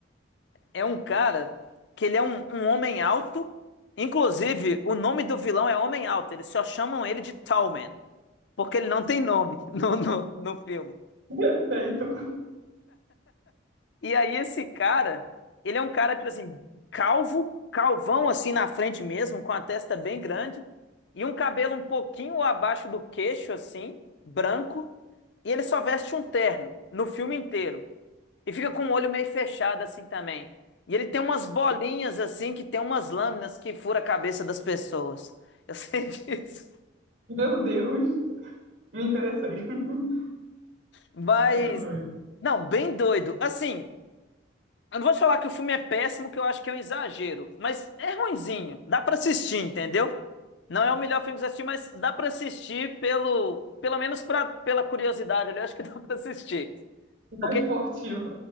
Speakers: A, on the left; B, on the right.
A: É um cara que ele é um, um homem alto, inclusive o nome do vilão é Homem Alto, eles só chamam ele de Tall Man, porque ele não tem nome <laughs> no, no, no filme.
B: Perfeito.
A: E aí esse cara, ele é um cara, tipo assim, calvo, calvão assim na frente mesmo, com a testa bem grande, e um cabelo um pouquinho abaixo do queixo, assim, branco, e ele só veste um terno no filme inteiro. E fica com o olho meio fechado assim também. E ele tem umas bolinhas assim, que tem umas lâminas que fura a cabeça das pessoas. Eu sei <laughs> disso.
B: Meu Deus, me interessei. <laughs>
A: Mas,
B: Muito doido.
A: não, bem doido. Assim, Eu não vou te falar que o filme é péssimo, que eu acho que é um exagero, mas é ruinzinho. Dá pra assistir, entendeu? Não é o melhor filme que você assistir, mas dá pra assistir pelo, pelo menos pra, pela curiosidade ali, eu acho que <laughs> dá pra assistir.
B: Não
A: Porque
B: é esportiva.